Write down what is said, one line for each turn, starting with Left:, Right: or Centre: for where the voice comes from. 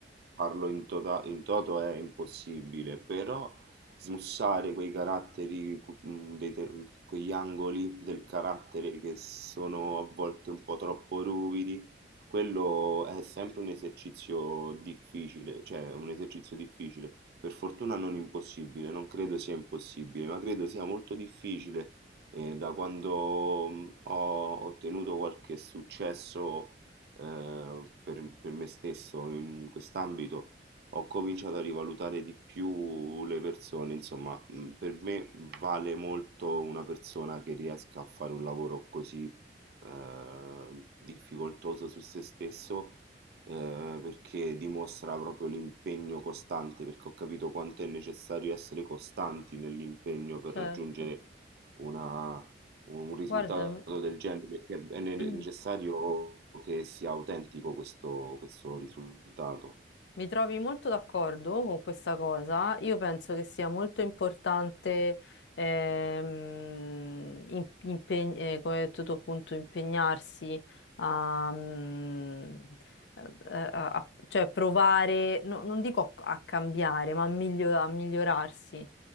Right: farlo in, tota- in toto è impossibile, però smussare quei caratteri, cu- mh, dei te- mm, quegli angoli del carattere che sono a volte un po' troppo ruvidi, quello è sempre un esercizio difficile, cioè un esercizio difficile. Per fortuna non impossibile, non credo sia impossibile, ma credo sia molto difficile e da quando mh, ho ottenuto qualche successo eh, per, per me stesso in quest'ambito, ho cominciato a rivalutare di più le persone. Insomma, mh, per me vale molto una persona che riesca a fare un lavoro così eh, difficoltoso su se stesso eh, perché dimostra proprio l'impegno costante, perché ho capito quanto è necessario essere costanti nell'impegno per
Left: certo.
Right: raggiungere una- un risultato
Left: Guarda,
Right: del genere, perché è ne-
Left: <clears throat>
Right: necessario che sia autentico questo, questo risultato.
Left: Mi trovi molto d'accordo con questa cosa. Io penso che sia molto importante ehm, im- impeg- eh, come hai detto tu, appunto, impegnarsi a, mm, a- a- a- cioè provare, no- non dico a, a cambiare, ma a miglio- a migliorarsi.